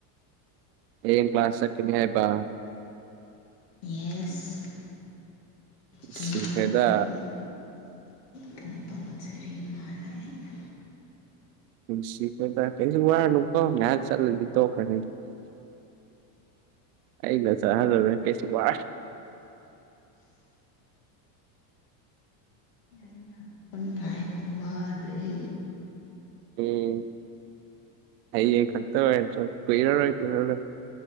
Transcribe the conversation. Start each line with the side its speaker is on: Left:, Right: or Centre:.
Right: ꯍꯌꯦꯡ ꯀ꯭ꯂꯥꯁ ꯆꯠꯀꯅꯤ ꯍꯥꯏꯕ
Left: ꯌꯦꯁ ꯇꯨꯃꯣꯔꯣ
Right: ꯁꯤꯐꯦꯗ
Left: ꯀꯝꯄꯜꯁꯔꯤ ꯃꯥꯜꯂꯛꯑꯦ
Right: ꯁꯤꯀ ꯇ ꯀꯩꯁꯨ ꯋꯥꯔ ꯀꯣ ꯆ ꯇꯈ ꯑꯩ ꯂ ꯆ ꯍꯖꯔ ꯀꯩꯁ ꯋꯥ
Left: ꯅꯪ ꯂꯥꯛꯄꯒ ꯍꯥꯏꯕꯗꯣ ꯋꯥꯔꯦ
Right: ꯎꯝ ꯑꯩ ꯈꯔꯠꯇ ꯑꯣꯏ ꯆ ꯀꯏꯔꯔ ꯑꯣꯏ ꯀꯔ